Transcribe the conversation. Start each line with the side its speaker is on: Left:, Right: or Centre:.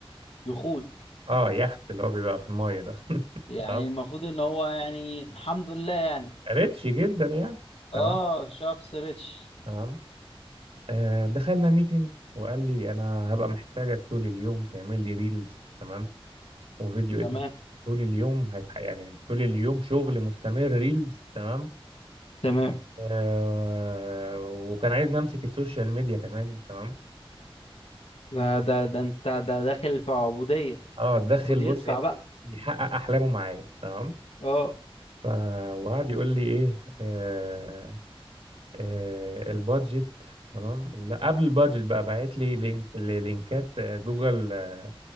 Left: يخوت
Right: اه يخت اللي هو بيبقى في المايه ده <laughs>
Left: يعني
Right: تمام
Left: المفروض ان هو يعني الحمد لله يعني
Right: ريتش جدا يعني تمام
Left: اه شخص ريتش
Right: تمام آه دخلنا ميتنج وقال لي انا هبقى محتاجك طول اليوم تعمل لي ريلز تمام وفيديو اديت
Left: تمام
Right: طول اليوم هيف يعني طول اليوم شغل مستمر ريلز تمام
Left: تمام
Right: آه وكان عايزني امسك السوشيال ميديا كمان تمام
Left: ده ده ده انت ده داخل في عبودية
Right: اه اتدخل
Left: خد يدفع
Right: بص
Left: بقى
Right: يحقق احلامه معايا تمام
Left: اه
Right: ف- وقعد يقول لي ايه آه آه البادجت تمام لا قبل البادجت بقى باعت لي لينك لينكات آه، جوجل آه،